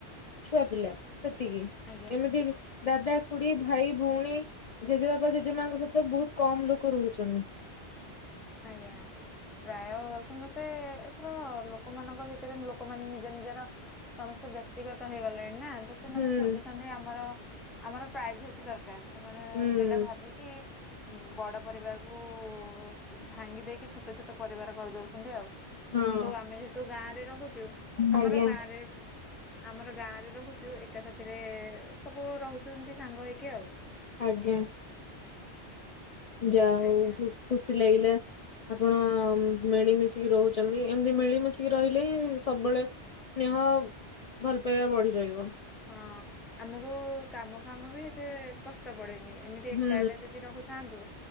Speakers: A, on the left (about 45°); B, in the centre.
A: ଛୁଆ ପିଲା ସେତିକି
B: ଆଜ୍ଞା।
A: ଏମିତି ଦାଦା । ଖୁଢୀ ଭାଇ ଭଉଣୀ ଜେଜେବାପା ଜେଜେ ମାଙ୍କ ସହିତ ବହୁତ କମ ଲୋକ ରହୁଛନ୍ତି ।
B: ଆଜ୍ଞା ପ୍ରାୟ ସମସ୍ତେ ଏଥର ଲୋକ । ଲୋକମାନଙ୍କ ଭିତରେ ଲୋକ ମାନେ ନିଜ ନିଜର ସମସ୍ତେ ବ୍ୟକ୍ତିଗତ ହେଇଗଲେଣି । ନା ତ ସେମାନେ
A: ହୁଁ
B: ଖୋଜୁଛନ୍ତି ଆମର ଆମର ପ୍ରାଇଭେସି ଦରକାର । ର ସେମାନେ
A: ହୁଁ
B: ସେଇଟା ଭାବିକି ବଡ ପରିବାରକୁ । ଭାଙ୍ଗି ଦେଇକି ଛୋଟ ଛୋଟ ପରିବାର କରିଦଉ ଛନ୍ତି ଆଉ
A: ହଁ
B: କିନ୍ତୁ ଆମେ ଯେହେତୁ ଗାଁରେ ରହୁଛୁ
A: ଆଜ୍ଞା
B: ଆମର ଗାଁରେ । ଆମର ଗାଁ ରେ ରହୁଛୁ ଏକା ସାଥିରେ ସବୁ ରହୁଛନ୍ତି ସାଙ୍ଗ ହେଇକି ଆଉ ।
A: ଆଜ୍ଞା । ଯା ହଉ
B: ଆଜ୍ଞା
A: ଖୁ ଖୁସି ଲାଗିଲା ଆପଣ
B: ଆଚ୍ଛା।
A: ମିଳିମିଶି । କି ରହୁଛନ୍ତି ଏମତି ମିଳିମିଶିକି ରହିଲେ ହିଁ ସବୁବେଳେ ସ୍ନେହ ଭଲ ପାଇବା ବଢି ରହିବ
B: ହଁ ଆମକୁ କାମ ଫାମ ବି ଏତେ କଷ୍ଟ ପଡେନି । ଏମିତି ଏକା
A: ହୁଁ
B: ଏକା ଯଦି ରହୁଥାନ୍ତୁ